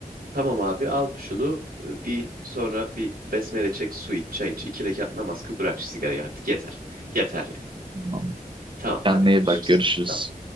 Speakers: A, on the right (about 80°); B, on the right (about 35°).
A: Tamam abi al şunu e, bir sonra bir besmele çek su iç çay iç. iki rekat namaz kıl bırak şu sigarayı artık yeter. Yeter ya.
B: Tamam.
A: Tamam hadi
B: Kendine
A: görüşürüz.
B: iyi bak. Görüşürüz.
A: Tamam.